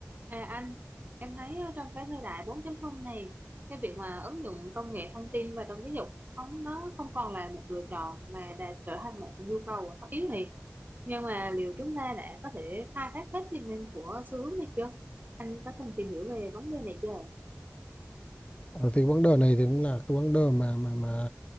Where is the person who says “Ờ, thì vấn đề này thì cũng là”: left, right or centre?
Left